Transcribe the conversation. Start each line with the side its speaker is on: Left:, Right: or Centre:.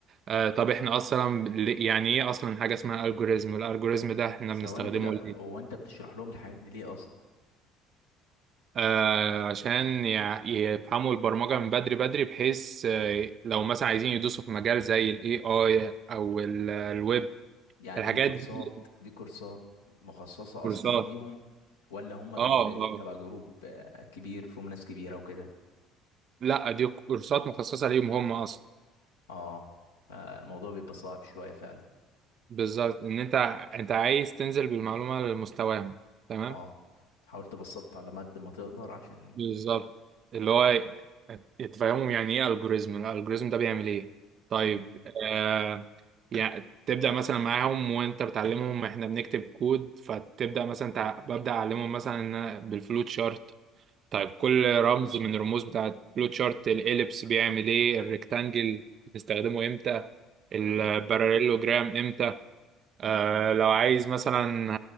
Right: آه طب إحنا أصلا ل- يعني إيه أصلا حاجة اسمها ألجوريزم الألجوريزم ده إحنا
Left: ثواني
Right: بنستخدمه
Left: كده
Right: ليه
Left: هو انت بتشرح لهم الحاجات دي ليه اصلا
Right: آه، عشان يع- يفهموا البرمجة من بدري بدري بحيث آه، لو مثلا عايزين يدوسوا في مجال زي الاي اي او ال- الويب
Left: يعني
Right: الحاجات
Left: دي كورسات
Right: دي
Left: دي كورسات مخصصة
Right: كورسات
Left: اصلا ليهم ولا هم
Right: اه
Left: بيبقوا جايين
Right: اه
Left: تبع جروب آه، كبير فيهم ناس كبيرة وكده
Right: لا دي كورسات مخصصة ليهم هم اصلا
Left: اه فالموضوع بيبقى صعب شوية فعلا
Right: بالظبط ان انت انت عايز تنزل بالمعلومة لمستواهم تمام
Left: اه حاولت بسطت على قد ما تقدر عشان
Right: بالظبط اللي هو تفهمهم يعني ايه الجوريزم الالجوريزم ده بيعمل ايه طيب
Left: امم
Right: آه يعني تبدا مثلا معاهم وانت بتعلمهم احنا بنكتب كود فتبدا مثلا تع... ببدا اعلمهم مثلا إن أنا بالفلوت شارت طيب كل رمز من الرموز بتاعه الفلوت شارت الاليبس بيعمل ايه الريكتانجل بنستخدمه امتى الباراليلوجرام
Left: امم
Right: امتى آه لو عايز مثلا